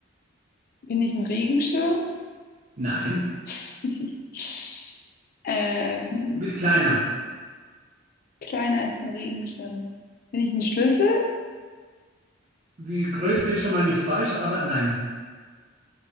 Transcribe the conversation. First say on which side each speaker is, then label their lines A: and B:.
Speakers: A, on the left; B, on the right.
A: bin ich ein Regenschirm?
B: Nein,
A: <laughs> Ähm,
B: du bist kleiner.
A: kleiner als ein Regenschirm. Bin ich ein Schlüssel?
B: Die Größe ist schon mal nicht falsch, aber nein.